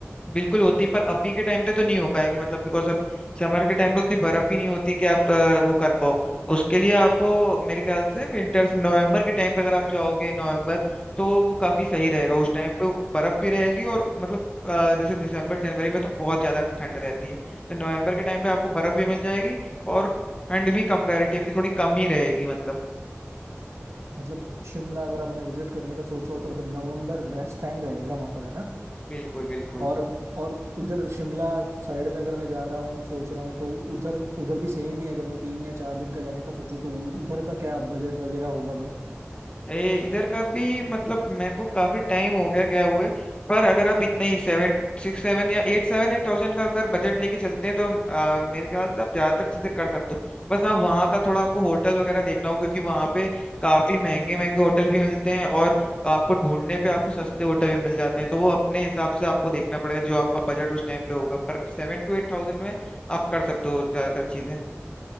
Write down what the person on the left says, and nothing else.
बिल्कुल होती है पर अभी के टाइम पे तो नहीं हो पाएगी मतलब बिकॉज अभी समर के टाइम पे उतनी बर्फ ही नहीं होती है कि आप अ, वो कर पाओ उसके लिए आपको मेरे ख्याल से विंटर्स नवंबर के टाइम पे अगर आप जाओगे नवंबर तो वो काफी सही रहेगा उस टाइम पे बर्फ भी रहेगी और मतलब अ, जैसे दिसंबर जनवरी में तो बहुत ज्यादा ठंड रहती है तो नवंबर के टाइम पे आपको बर्फ भी मिल जाएगी और ठंड भी कंपैरेटिवली थोड़ी कम ही रहेगी मतलब
बिल्कुल बिल्कुल
ए, इधर का भी मतलब मेरे को काफी टाइम हो गया गया हुए पर अगर आप इतने ही सेवन सिक्स सेवन या एट सेवन एट थाउजेंड का अगर बजट लेके चलते हैं तो आ, मेरे ख्याल से आप ज्यादातर चीजें कर सकते हो बस आप वहाँ का थोड़ा आपको होटल वगैरह देखना हो क्योंकि वहाँ पे काफी महंगे महंगे होटल भी मिलते हैं और आपको ढूंढने पे आपको सस्ते होटल भी मिल जाते हैं तो वो अपने हिसाब से आपको देखना पड़ेगा जो आपका बजट उस टाइम पे होगा पर सेवन टू एट थाउजेंड में आप कर सकते हो ज्यादातर चीजें